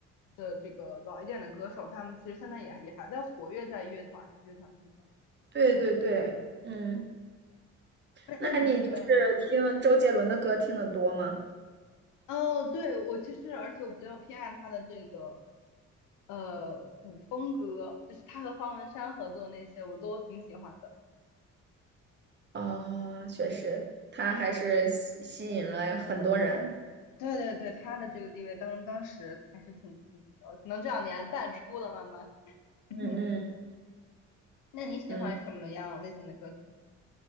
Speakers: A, on the left (about 90°); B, on the right (about 35°).
A: 的这个老一点的歌手，他们其实现在也也还在活跃在乐团乐团之中。
B: 对对对，
A: 对，
B: 嗯，
A: 那那你比较，
B: 那你就是听周杰伦的歌听得多吗？
A: 嗯，哦，对，我其实而且我比较偏爱他的这个呃古风歌，就是他和方文山合作那些，我都挺喜欢的。
B: 啊、确实，他还是吸吸引了很多人。
A: 对对对，他的这个地位当当时还是挺挺，可能这两年淡出了，慢慢。<clears throat>
B: 嗯嗯
A: 那你喜欢什么样类型的歌曲？
B: 嗯。